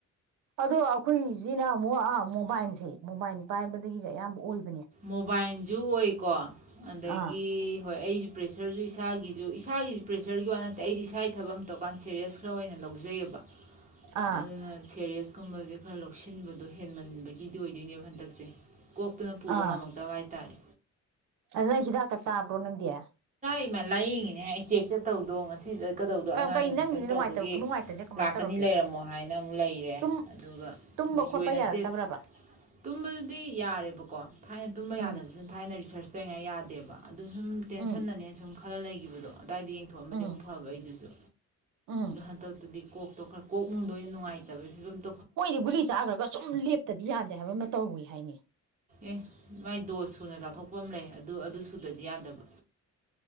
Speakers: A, on the right (about 85°); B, on the right (about 25°).
A: ꯑꯗꯣ ꯑꯩꯈꯣꯏꯁꯤꯅ ꯑꯃꯨꯛ ꯃꯣꯕꯥꯏꯜꯁꯦ ꯃꯣꯕꯥꯏꯜ ꯄꯥꯏꯕꯗꯒꯤꯁꯦ ꯑꯌꯥꯝꯕ ꯑꯣꯏꯕ
B: ꯃꯣꯕꯥꯏꯜꯁꯨ ꯑꯣꯏꯀꯣ ꯑꯗꯒꯤ
A: ꯑꯥ
B: ꯍꯣꯏ ꯑꯩꯁꯨ ꯄ꯭ꯔꯦꯁꯔꯁꯨ ꯏꯁꯥꯒꯤ ꯑꯗꯨꯨ ꯏꯁꯥꯒꯤ ꯄ꯭ꯔꯦꯁꯔꯒꯤ ꯋꯥ ꯅꯠꯇꯦ ꯑꯩꯗꯤ ꯏꯁꯥꯒꯤ ꯊꯕ ꯑꯃ ꯇꯧꯔꯀꯥꯟ ꯆꯠꯦ ꯁꯦꯔꯁ ꯈꯔ ꯑꯣꯏꯅ ꯂꯧꯖꯩꯑꯕ
A: ꯑꯥ
B: ꯑꯗꯨꯅ ꯁꯦꯔꯁ ꯀꯨꯝꯕꯁꯦ ꯈꯔ ꯂꯧꯁꯤꯟꯕꯗꯣ ꯍꯦꯟꯃꯟꯕꯒꯤꯗꯤ ꯑꯣꯏꯗꯣꯏꯅꯦꯕ ꯍꯟꯗꯛꯁꯦ ꯀꯣꯛ ꯄꯨꯕ
A: ꯑꯥ
B: ꯉꯝꯃꯛꯇꯕ ꯍꯥꯏꯇꯥꯔꯦ
A: ꯑꯗꯨ ꯅ ꯍꯤꯗꯥꯛ ꯀ ꯁꯥꯕ꯭ꯔꯣ ꯅꯗꯌꯥ
B: ꯏꯃꯥ ꯂꯥꯏꯌꯦꯡꯉꯤꯅꯦ ꯑꯩ ꯆꯦꯛꯁꯦ ꯇꯧꯗꯣ ꯉꯁꯤ ꯆꯀꯗꯧꯗꯣ
A: ꯀꯩ
B: ꯑꯉꯥꯡ
A: ꯀꯩ
B: ꯑꯦꯠꯃꯤꯁꯟ
A: ꯅꯪꯒꯤꯗꯤ ꯅꯨꯡꯉꯥꯏꯇꯕ
B: ꯇꯧꯕꯒꯤ
A: ꯈꯨꯅꯨꯡꯉꯥꯏꯇꯁꯦ ꯀꯃꯥꯏꯅ
B: ꯂꯥꯛꯀꯅꯤ
A: ꯇꯧꯔꯛꯀꯦ
B: ꯂꯩꯔꯝꯃꯣ ꯍꯥꯏꯅ ꯑꯃꯨꯛ ꯂꯩꯔꯦ
A: ꯇꯨꯝ
B: ꯑꯗꯨꯒꯣꯏꯅꯁꯇꯦ
A: ꯇꯨꯝꯕ ꯈꯣꯠꯄ ꯌꯥꯔꯛꯇꯕ꯭ꯔꯕ
B: ꯇꯨꯝꯕꯗꯨꯗꯤ ꯌꯥꯔꯦꯕꯀꯣ ꯊꯥꯏꯅ ꯇꯨꯝꯕ
A: ꯎꯝ
B: ꯌꯥꯗꯕꯁꯤꯅ ꯊꯥꯏꯅ ꯔꯤꯁꯔꯁ ꯉꯥꯏ ꯌꯥꯗꯦꯕ ꯑꯗꯨ ꯁꯨꯝ ꯇꯦꯟꯁꯟꯅꯅꯦ
A: ꯎꯝ
B: ꯁꯨꯝ ꯈꯔ ꯂꯩꯈꯤꯕꯗꯣ ꯑꯏꯗ ꯌꯦꯡꯊꯣꯛꯑꯃꯗꯤ
A: ꯎꯝ
B: ꯑꯃꯨꯛ ꯐꯕ ꯑꯩꯗꯨꯁꯨ
A: ꯎꯝ
B: ꯂꯥꯟꯇꯛꯇꯗꯤꯛꯇ <unintelligible> ꯀꯣꯛꯇꯣ ꯈꯔ ꯀꯣꯛꯅꯨꯡꯗꯣ ꯑꯣꯏꯅ ꯅꯨꯡꯉꯥꯏꯇꯕꯒꯤ ꯐꯤꯕꯝꯗ
A: ꯃꯣꯏꯗꯤ ꯒꯨꯂꯤ ꯆꯥꯈ꯭ꯔꯒ ꯁꯨꯝ ꯂꯦꯞꯇꯗꯤ ꯌꯥꯗꯦ ꯍꯥꯏꯕ ꯑꯃ ꯇꯧꯋꯏ ꯍꯥꯏꯅꯤ
B: ꯑꯦ ꯃꯥꯏ ꯗꯣꯁ ꯁꯨꯅ ꯆꯥꯊꯣꯛꯄ ꯑꯃ ꯂꯩ ꯑꯗꯨ ꯑꯗꯨ ꯁꯨꯗꯗꯤ ꯌꯥꯗꯕ